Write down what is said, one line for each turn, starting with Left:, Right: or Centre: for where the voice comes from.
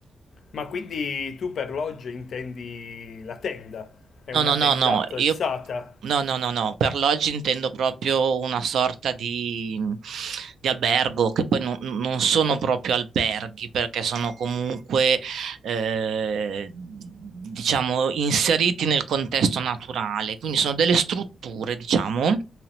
Left: Ma quindi tu per lodge intendi la tenda? È
Right: No,
Left: una
Right: no, no,
Left: tenda
Right: no,
Left: attrezzata?
Right: io no, no, no, no, per loggi intendo proprio una sorta di, di albergo, che poi non, non sono proprio alberghi, perché sono comunque, eh, diciamo, inseriti nel contesto naturale, quindi sono delle strutture, diciamo,